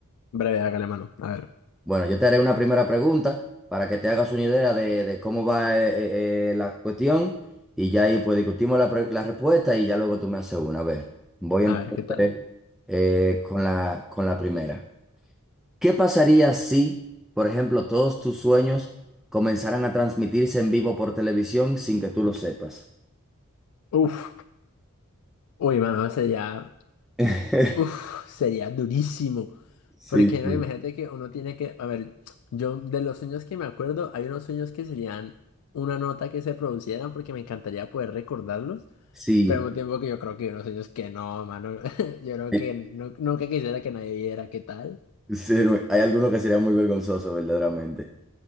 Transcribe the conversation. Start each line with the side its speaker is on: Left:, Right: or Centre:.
Left: Breve, hágale mano. A ver,
Centre: Bueno, yo te haré una primera pregunta para que te hagas una idea de, de cómo va eh, eh, eh, la cuestión y ya ahí pues discutimos la, pre- la respuesta y ya luego tú me haces una. A ver, voy
Left: a
Centre: entonces
Left: ver, ¿qué tal?
Centre: eh, con la, con la primera. ¿Qué pasaría si, por ejemplo, todos tus sueños comenzaran a transmitirse en vivo por televisión sin que tú lo sepas?
Left: Uf, uy, mano, sería,
Centre: <laughs>
Left: uf, sería durísimo.
Centre: Sí,
Left: Porque no,
Centre: sí.
Left: imagínate que uno tiene que, a ver, yo de los sueños que me acuerdo, hay unos sueños que serían una nota que se producieran porque me encantaría poder recordarlos,
Centre: Sí,
Left: pero al mismo tiempo que yo creo que hay unos sueños que no, mano, <laughs> yo creo
Centre: eh,
Left: que no, nunca quisiera que nadie viera qué tal.
Centre: sí, hay algunos que serían muy vergonzosos verdaderamente.